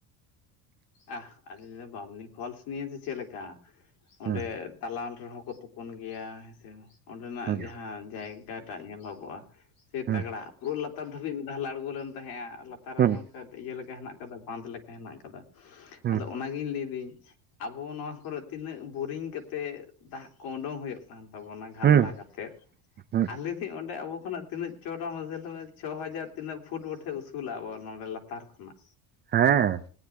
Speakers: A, on the left; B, on the right.
A: ᱟᱷ ᱟᱞᱤᱧ ᱫᱚ ᱵᱟᱢᱱᱤ ᱯᱷᱚᱞᱥ ᱱᱤᱭᱮ ᱫᱚ ᱪᱮᱫ ᱞᱮᱠᱟ ᱚᱸᱰᱮ
B: ᱦᱩᱸ
A: ᱫᱟᱞᱟᱞ ᱨᱮᱦᱚᱸ ᱠᱚ ᱛᱚᱯ ᱦᱚᱯᱚᱱ ᱜᱮᱭᱟ ᱦᱮᱸᱥᱮ ᱚᱸᱰᱮᱱᱟᱜ
B: ᱦᱩᱸ
A: ᱡᱟᱦᱟᱸ ᱡᱟᱭᱜᱟ ᱴᱟᱜ ᱧᱮᱞᱚᱜᱚᱜ-ᱟ ᱾ ᱥᱮᱭ
B: ᱦᱩᱸ
A: ᱛᱟᱜᱲᱟ ᱯᱩᱨᱟᱹ ᱞᱟᱛᱟᱨ ᱫᱷᱟᱹᱵᱤᱡ ᱢᱤᱫ ᱫᱷᱟᱞ ᱞᱮ ᱟᱬᱜᱚ ᱞᱮᱱ ᱛᱟᱦᱮᱸᱜ-ᱟ ᱞᱟᱛᱟᱨ ᱨᱮ
B: ᱦᱩᱸ
A: ᱟᱨᱦᱚ ᱚᱱᱠᱟ ᱤᱭᱟᱹ ᱞᱮᱠᱟ ᱦᱮᱱᱟᱜ ᱟᱠᱟᱫᱟ ᱾ ᱵᱟᱸᱫᱷ ᱞᱮᱠᱟ ᱦᱮᱱᱟᱜ ᱟᱠᱟᱫᱟ,
B: ᱦᱩᱸ
A: ᱟᱫᱚ ᱚᱱᱟ ᱜᱮ ᱤᱧ ᱞᱟᱹᱭᱫᱟᱹᱧ ᱟᱵᱚ ᱱᱚᱣᱟ ᱠᱚᱨᱮ ᱛᱤᱱᱟᱹᱜ ᱵᱳᱨᱤᱝ ᱠᱟᱛᱮᱫ ᱫᱟᱜ ᱠᱚ ᱩᱰᱝ ᱦᱩᱭᱩᱜ ᱠᱟᱱ ᱛᱟᱵᱚᱱᱟ ᱜᱷᱟᱞᱞᱟ
B: ᱦᱩᱸ
A: ᱠᱟᱛᱮᱫ ᱾
B: ᱦᱩᱸ
A: ᱟᱨ ᱞᱟᱹᱭ ᱫᱤᱧ ᱚᱸᱰᱮ ᱟᱵᱚ ᱟᱵᱚ ᱠᱷᱚᱱᱟᱜ ᱛᱤᱱᱟᱹᱜ ᱪᱚᱴᱟ ᱢᱟᱥᱮ ᱞᱟᱹᱭᱢᱮ ᱪᱷᱚ ᱦᱟᱡᱟᱨ ᱛᱤᱱᱟᱹᱜ ᱯᱷᱩᱴ ᱵᱚᱴᱷᱮ ᱩᱥᱩᱞᱞᱟ ᱟᱵᱚ ᱱᱚᱸᱰᱮ ᱞᱟ ᱞᱟᱛᱟᱨ ᱠᱷᱚᱱᱟᱜ ᱾
B: ᱦᱮᱸ ᱾